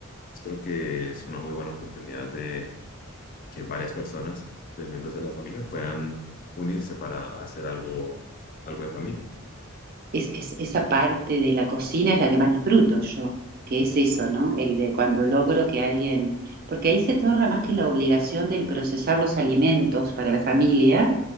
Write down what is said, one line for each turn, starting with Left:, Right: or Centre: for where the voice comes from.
Left: Pues Creo que es una muy buena oportunidad de que varias personas, de miembros de la familia, puedan unirse para hacer algo, algo en familia.
Right: es, es- esa parte de la cocina es la que más disfruto yo, que es eso, ¿no? El de cuando logro que alguien, porque ahí se torna más que la obligación del procesar los alimentos para la familia,